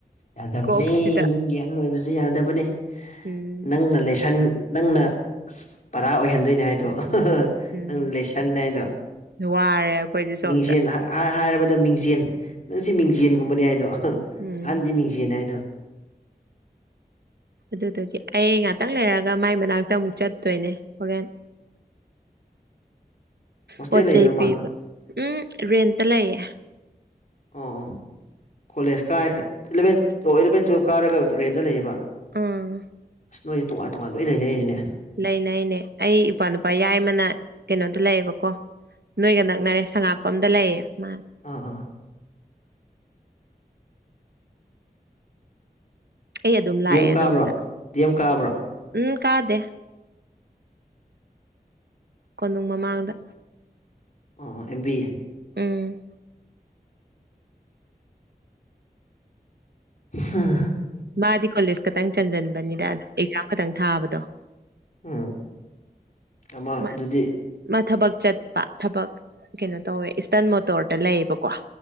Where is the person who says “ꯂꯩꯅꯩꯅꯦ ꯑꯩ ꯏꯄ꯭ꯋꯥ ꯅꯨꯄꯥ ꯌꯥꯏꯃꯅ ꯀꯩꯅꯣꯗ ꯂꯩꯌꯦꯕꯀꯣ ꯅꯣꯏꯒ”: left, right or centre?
Right